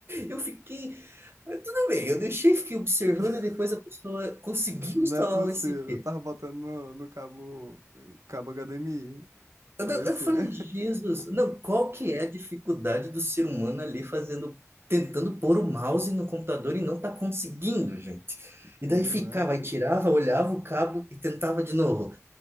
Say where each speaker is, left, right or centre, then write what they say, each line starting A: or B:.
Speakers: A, on the right; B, on the right.
A: eu fiquei, mas tudo bem, eu deixei, fiquei observando
B: <laughs>
A: e depois a pessoa conseguiu
B: Não
A: instalar
B: é possível.
A: o USB.
B: Eu tava botando no, no cabo, cabo HDMI.
A: Eu,
B: Parecia.
A: da- eu falei,
B: <laughs>
A: Jesus, não, qual que é a dificuldade do ser humano ali fazendo, tentando pôr o mouse no computador e não tá conseguindo, gente? E
B: Pois
A: daí ficava,
B: não é.
A: aí tirava, olhava o cabo e tentava de novo.